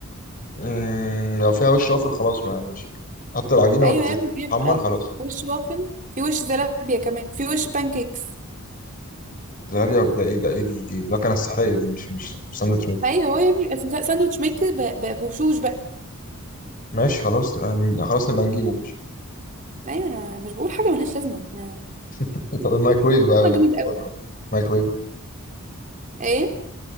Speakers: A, on the left; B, on the right.
A: مم... لو فيها وش وافل خلاص ما ماشي تحط العجينه
B: ايوه
A: وتتحمر
B: يا ابني بيبقى
A: خلاص
B: وش وافل في وش زلابيا كمان في وش بانكيكس
A: زلابيا ده ايه ده ايه دي دي المكنه السحريه دي مش مش مش ساندوتش ميكر
B: ايوه هو يا ابني بيبقى في ساندوتش ميكر ب- ب- بوشوش بقى
A: ماشي خلاص يعني خلاص نبقى نجيبه ماشي
B: ايوه انا مش بقول حاجه ملهاش لازمه انا
A: <laughs> طب الميكرويف بقى
B: طبعا جامد قوي
A: برضه الميكرويف
B: ايه